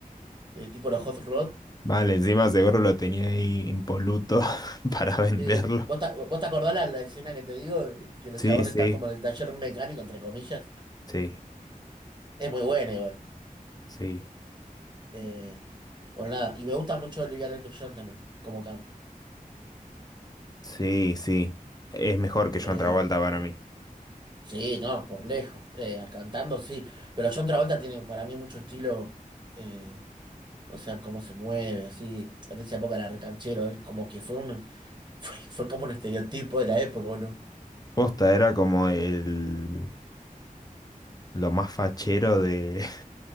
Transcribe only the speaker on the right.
Eh, tipo los Hot Rod.
Sí, ¿Vos te, vos te acordás la, la escena que te digo? Eh, Que los
chabones
están como en el taller mecánico, entre comillas.
Es muy buena igual.
Eh, bueno, nada. Y me gusta mucho Olivia Newton-John también, como canta.
Eh,
sí, no, por lejos. Eh, cantando sí. Pero John Travolta tiene para mí mucho estilo. eh, O sea, cómo se mueve, así. En esa época era recanchero, ¿eh? Como que fue un, <laughs> fue, fue como un estereotipo de la época, ¿o ¿no?